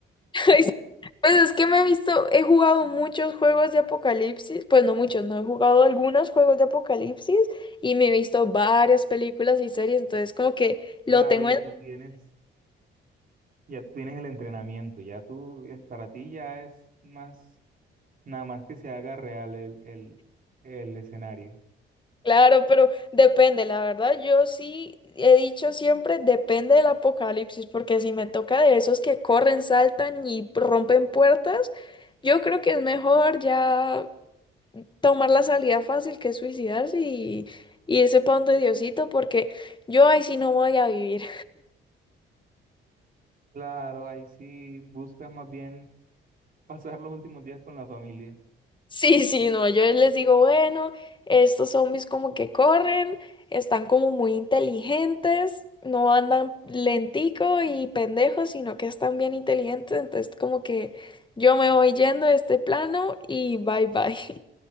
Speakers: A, on the left; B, on the right.
A: <laughs> Pues es que me he visto, he jugado muchos juegos de apocalipsis, pues no muchos, no he jugado algunos juegos de apocalipsis y me he visto varias películas y series, entonces como que lo
B: Claro,
A: tengo
B: ya
A: en
B: tú tienes, ya tú tienes el entrenamiento, ya tú, eh, para ti ya es más, nada más que se haga real el, el, el escenario.
A: claro, pero depende, la verdad, yo sí he dicho siempre depende del apocalipsis, porque si me toca de esos que corren, saltan y rompen puertas, yo creo que es mejor ya tomar la salida fácil que es suicidarse y, y irse para donde Diosito, porque yo ahí sí no voy a vivir.
B: Claro, ahí sí buscas más bien pasar los últimos días con la familia.
A: Sí, sí, no, yo les digo, bueno, estos zombies como que corren, están como muy inteligentes, no andan lentico y pendejos, sino que están bien inteligentes, entonces como que yo me voy yendo de este plano y bye bye.